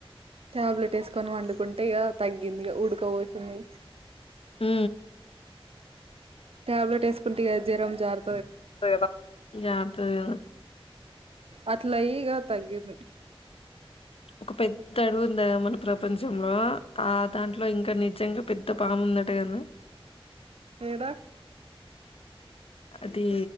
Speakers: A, on the right; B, on the left.
A: టాబ్లెట్ ఎసుకొని వండుకుం. అట్టే ఇగా తగ్గింది. ఉడకపొసింది.
B: మ్
A: టాబ్లెట్ ఏస్కుంటి గ జ్వరం జార్
B: తదితర గద జార్తది
A: అట్లయ్ ఇగ తగ్గింది
B: ఒక పెద్ద అడివుంది కదా మన ప్రపంచంలో ఆ దాంట్లో ఇంకా ని నిజంగా పెద్ద పాము ఉందటగాని
A: ఏడా
B: అది